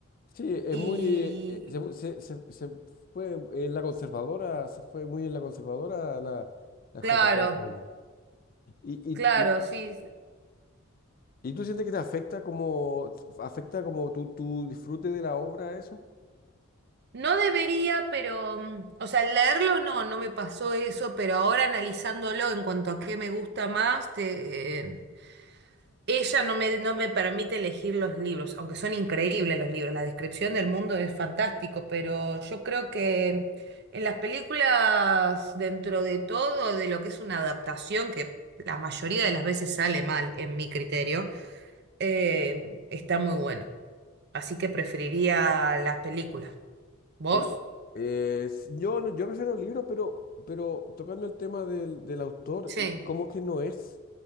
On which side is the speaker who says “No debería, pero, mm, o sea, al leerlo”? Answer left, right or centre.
Right